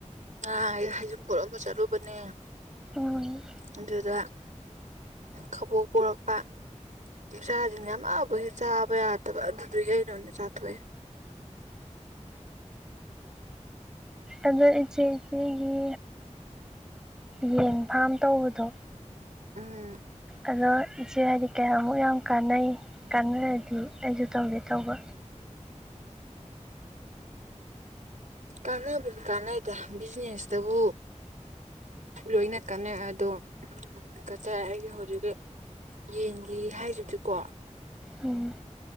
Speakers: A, on the right; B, in the centre.
A: ꯑꯩ ꯍꯩꯖꯤꯡꯄꯣꯠ ꯑꯃ ꯆꯠꯂꯨꯕꯅꯦ
B: ꯎꯝ
A: ꯑꯗꯨꯗ ꯈꯕꯣꯛ ꯄꯨꯔꯛꯄ ꯏꯆꯥꯁꯤꯡꯅ ꯌꯥꯝ ꯑꯕ ꯍꯦ ꯆꯥꯕ ꯌꯥꯗꯕ ꯑꯗꯨꯁꯨ ꯑꯩꯅꯅꯦ ꯆꯥꯊꯣꯛꯑꯦ <inaudible>
B: ꯑꯗ ꯏꯆꯦ ꯁꯤꯒꯤ ꯌꯦꯟ ꯐꯥꯝ ꯇꯧꯕꯗꯣ
A: ꯎꯝ
B: ꯑꯗꯣ ꯏꯆꯦ ꯍꯥꯏꯗꯤ ꯀꯌꯥꯃꯨꯛ ꯌꯥꯝ ꯀꯥꯟꯅꯩ ꯀꯥꯟꯅꯔꯗꯤ ꯑꯩꯁꯨ ꯇꯧꯒꯦ ꯇꯧꯕ
A: ꯀꯥꯟꯅꯕꯗꯤ ꯀꯥꯟꯅꯩꯗ ꯕꯤꯖꯤꯅꯦꯁꯇꯕꯨ ꯂꯣꯏꯅ ꯀꯟꯅꯩ ꯑꯗꯣ ꯀꯠꯆꯔ ꯑꯩꯒꯤ ꯍꯧꯖꯤꯛ ꯌꯦꯟꯒꯤ ꯍꯥꯏꯖꯤꯗꯤꯀꯣ
B: ꯎꯝ